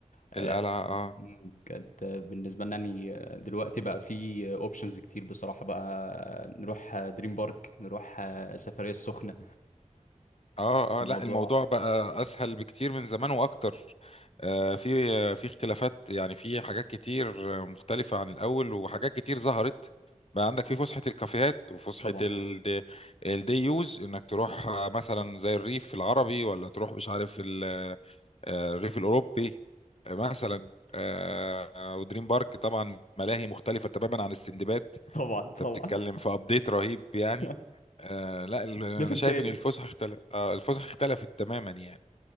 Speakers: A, on the left; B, on the left.
A: آه،
B: القلعه اه
A: مم. كانت بالنسبة لنا يعني دلوقتي بقى في اوبشنز كتير بصراحة بقى نروح دريم بارك نروح سفرية السخنة
B: اه
A: الموضوع
B: اه لا الموضوع بقى اسهل بكتير من زمان واكتر آه في في اختلافات يعني في حاجات كتير مختلفة عن الاول وحاجات كتير ظهرت بقى عندك في فسحة الكافيهات وفسحة
A: طبعا
B: ال- الدي يوز انك تروح آه، مثلا زي الريف العربي ولا تروح مش عارف ال- آه، الريف الاوروبي آه، مثلا
A: مظبوط
B: آه، آه، ودريم بارك طبعا ملاهي مختلفة تماما عن السندباد
A: طبعا طبعا
B: انت بتتكلم في ابديت رهيب يعني
A: <laughs>
B: آه لا ال- انا
A: ليفل
B: شايف
A: تاني
B: ان الفسحه اختلف آه الفسحه اختلفت تماما يعني